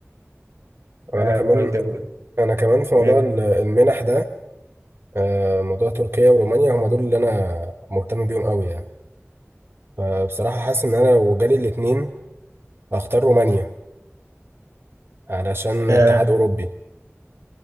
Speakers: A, on the right; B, on the right.
A: انا
B: اه
A: كمان
B: واي ده
A: انا كمان في موضوع
B: ايه
A: ال- المنح ده آه، موضوع تركيا ورومانيا هما دول اللي انا مهتم بيهم قوي يعني فبصراحة حاسس ان انا لو جالي الاتنين هختار رومانيا علشان
B: ده-
A: اتحاد اوروبي